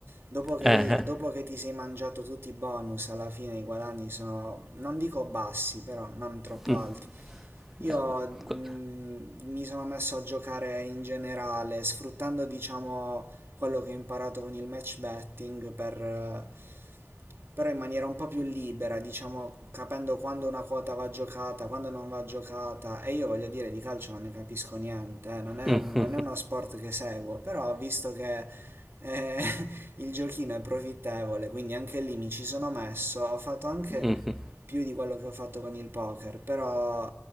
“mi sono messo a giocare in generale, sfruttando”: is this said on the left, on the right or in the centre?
Right